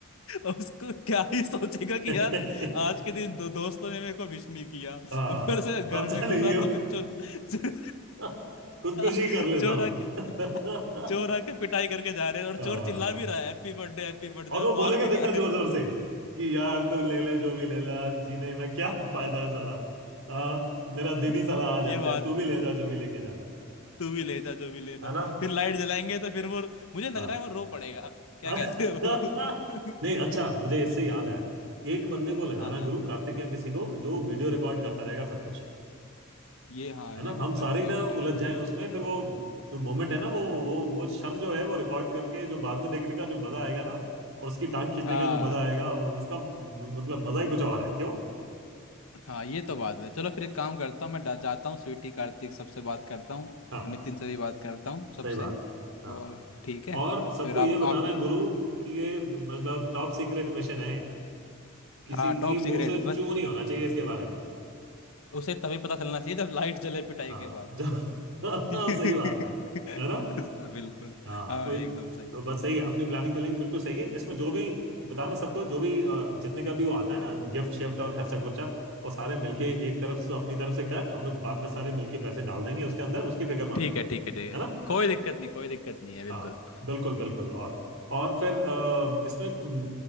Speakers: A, on the left; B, on the right.
A: उसको क्या ही सोचेगा कि
B: है
A: यार
B: <laughs>
A: आज के दिन दो दोस्तों ने मेरे को विश नहीं किया
B: हाँ
A: ऊपर से घर
B: अब चलो
A: में घुसा
B: ये
A: तो फिर चो, चो,
B: <laughs> खुदकुशी
A: <laughs>
B: कर लेता
A: चोर
B: हूँ
A: आके
B: <laughs>
A: चोर आके पिटाई करके जा रहे हैं और
B: हाँ,
A: चोर चिल्ला भी रहा है हैप्पी बर्थडे हैप्पी बर्थडे
B: और वो
A: और
B: बोलेगा
A: मार भी
B: देखना
A: रहा
B: जोर जोर से कि यार तू ले
A: है
B: ले जो भी ले ले अब जीने में क्या <laughs> फायदा है साला हाँ मेरा दिन ही
A: <laughs>
B: साला आज
A: ये
B: ऐसे
A: बात
B: है तू भी ले जा जो भी लेके जाना है
A: तू भी ले जा जो भी लेना
B: है ना
A: फिर लाइट जलाएंगे तो फिर वो मुझे लग
B: हाँ
A: रहा है वो रो पड़ेगा क्या
B: <laughs>
A: कहते हो
B: नहीं अच्छा मुझे इससे याद आया एक बंदे को लगाना
A: <laughs> हाँ
B: गुरु कार्तिक या किसी को जो वीडियो रिकॉर्ड करता रहेगा सब कुछ
A: ये हाँ
B: है
A: ये
B: ना
A: बहुत
B: हम सारे
A: जरूरी
B: ही ना
A: है वीडियो
B: उलझ
A: रिकॉर्डिंग
B: जाएं उसमें फिर वो जो मोमेंट है ना वो वो वो क्षण जो है वो रिकॉर्ड करके जो बाद में देखने का जो मजा आएगा ना और उसकी टांग खींचने
A: हाँ
B: का जो मजा आएगा उसका मतलब मजा ही कुछ और है क्यों
A: हाँ ये तो बात है चलो फिर एक काम करता हूँ मैं डा- जाता हूँ स्वीटी कार्तिक सबसे बात करता हूँ
B: हाँ
A: और नितिन से भी बात करता हूँ सबसे
B: सही बात है हाँ
A: और ठीक है
B: और सबको
A: फिर आप
B: ये बताना
A: आप
B: है गुरु कि ये मतलब टॉप सीक्रेट मिशन है किसी
A: हाँ
B: की
A: टॉप सीक्रेट
B: मुंह से चू
A: बस
B: नहीं होना चाहिए इसके बारे में
A: उसे तभी पता चलना चाहिए जब लाइट जले पिटाई
B: हाँ
A: के बाद
B: जब <laughs> सही
A: <laughs>
B: बात है है ना
A: बिल्कुल
B: हाँ
A: हाँ
B: तो
A: एकदम सही
B: तो बस सही है अपनी प्लानिंग व्लानिंग बिल्कुल सही है इसमें जो भी बताना सबको जो भी अ, जितने का भी वो आता है ना गिफ्ट शिफ्ट और खर्चा खुर्चा वो सारे मिलके एक तरफ से अपनी तरफ से कर हम लोग बाद में सारे मिलके पैसे डाल देंगे उसके अंदर उसकी फिक्र मत
A: ठीक
B: करना
A: है ठीक है ठीक
B: है
A: है
B: ना
A: कोई दिक्कत नहीं कोई दिक्कत नहीं है बिल्कुल
B: हाँ बिल्कुल बिल्कुल और और फिर अ, इसमें अम,